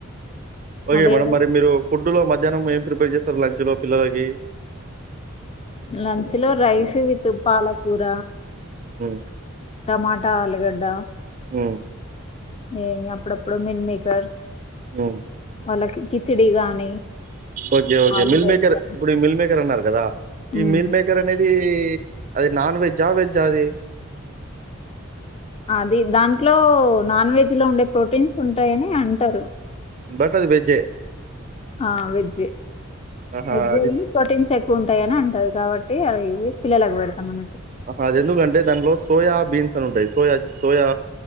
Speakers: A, on the right; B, on the left.
A: ఓకె
B: అవే
A: మేడం మరి మీరూ ఫుడ్ లొ మధ్యాహనం ఏం ప్రిపేర్ జేస్తరు లంచ్ లో పిల్లకీ
B: లంచ్ లో రైస్ విత్ పాలకూర
A: హమ్
B: టమాటా ఆలుగడ్డ
A: ఉ
B: ఏ అ అప్పుడప్పుడు మీల్ మేకర్స్
A: ఉ
B: వాళ్ళకి కిచడి గాని
A: ఓకే ఓకే
B: ఆలు
A: మిల్మేకర్
B: రైస్ గాని
A: ఇప్పుడు మిల్మేకర్ అన్నారు గదా ఈ
B: ఉమ్.
A: మీల్ మేకర్ అనే అది నాన్వెజా వెజా అది
B: అది దాంట్లో నాన్ వెజ్ లో ఉండే ప్రోటీన్స్ ఉంటాయని అంటారు
A: బట్ అది వెజ్జే.
B: ఆ వెజ్
A: ఆహా!
B: వెజ్జ
A: అది
B: కానీ ప్రోటీన్స్ ఎక్కువ ఉంది ఎక్కువ ఉంటాయ అని అంటారు కాబట్టి అవి పిల్లలకు పెడతాం అన్నట్టు
A: అది ఎందుకంటే దాంట్లో సోయా బీన్స్ అని ఉంటాయి సోయా సోయా